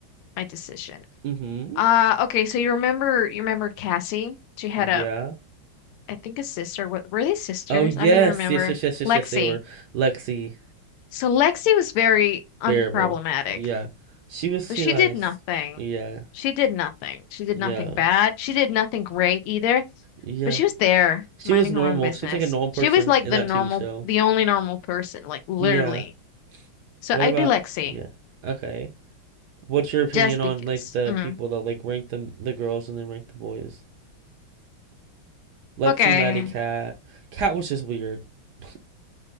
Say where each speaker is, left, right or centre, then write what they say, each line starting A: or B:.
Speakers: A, on the left; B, on the right.
A: my decision.
B: Mm-hmm.
A: Uh, okay. So you remember you remember Cassie? She had
B: Yeah.
A: a I think a sister. What were they sisters?
B: Oh yes,
A: I don't even remember.
B: yes, yes, yes, yes,
A: Lexi.
B: yes. They were Lexi
A: So Lexi was very unproblematic.
B: Bearable. Yeah, she was
A: But
B: too
A: she
B: nice.
A: did nothing.
B: Yeah,
A: She did nothing. She did
B: yeah,
A: nothing bad. She did nothing great either.
B: yeah.
A: But she was there
B: She
A: minding
B: was normal.
A: her own business.
B: She's like a normal person
A: She was like
B: in
A: the
B: that
A: normal,
B: TV show.
A: the only normal person, like literally.
B: Yeah.
A: So
B: What
A: I'd
B: about
A: be Lexi
B: yeah. Okay. What's your opinion
A: just
B: on
A: because.
B: like the
A: Mhm.
B: people that like rank the the girls and then rank the boys? Lexi,
A: Okay.
B: Maddie, Cat. Cat was just weird. <laughs>